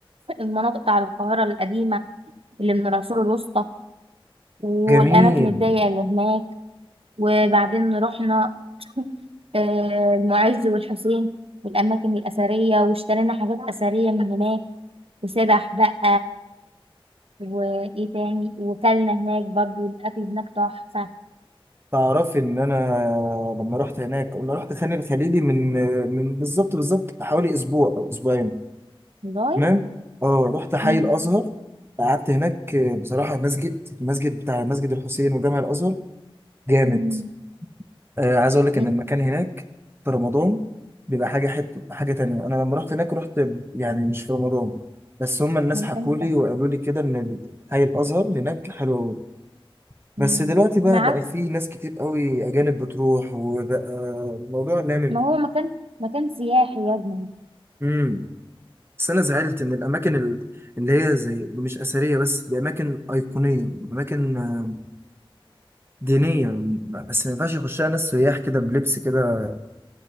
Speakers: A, on the right; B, on the right.
A: المناطق بتاع القاهرة القديمة اللي من العصور الوسطى والأماكن
B: جميل
A: الضيقة اللي هناك وبعدين رحنا آه، المعز والحسين والأماكن الأثرية واشترينا حاجات أثرية من هناك وسبح بقى وإيه تاني وكلنا هناك برضو الأكل هناك تحفة
B: تعرفي ان انا لما رحت هناك انا رحت خان الخليلي من من بالظبط بالظبط حوالي اسبوع او اسبوعين
A: والله
B: تمام اه رحت حي
A: مم.
B: الازهر قعدت هناك بصراحه المسجد المسجد بتاع مسجد الحسين وجامع الازهر جامد
A: مم.
B: آه عايز اقول لك
A: مم.
B: ان المكان هناك في رمضان بيبقى حاجه حته حاجه تانية انا لما رحت هناك رحت ب- يعني مش في رمضان بس هم الناس
A: من
B: حكوا
A: إمتى؟
B: لي وقالوا لي كده ان حي الازهر هناك حلو قوي بس
A: مم.
B: دلوقتي بقى
A: معاك
B: بقى في ناس كتير قوي اجانب بتروح وبقى الموضوع لامم
A: ما هو مكان مكان سياحي يا ابني
B: امم بس انا زعلت ان الاماكن ال- اللي هي زي مش اثريه بس دي اماكن ايقونيه اماكن آه، دينيه بس ما ينفعش يخشها ناس سياح كده بلبس كده